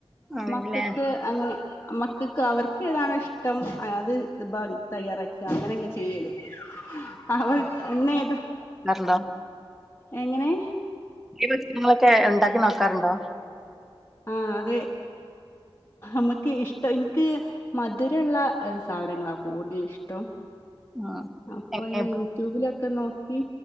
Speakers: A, in the centre; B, on the left.
A: ആണ്ല്ലേ
B: മക്കക്ക് അങ്ങനെ മക്കക്ക് അവർക്ക് ഏതാണോ ഇഷ്ടം അത് തയ്യാറാക്കി അങ്ങനെയൊക്കെ ചെയ്യല് അവർ ഇന്ന് ഏതാ
A: ഇന്നർണ്ടോ
B: എങ്ങനെ
A: ഈ ങ്ങളൊക്കെ ഉണ്ടാക്കി നോക്കാറുണ്ടോ
B: ആഹ് അതെ മ്മക്ക് ഇൻക് ഇഷ്ടം ഇൻക് മധുരള്ള സാധനങ്ങളാ കൂടുതൽ ഇഷ്ട്ടം
A: ആഹ്
B: അപ്പൊ ഈ യൂട്യൂബിലൊക്കെ നോക്കി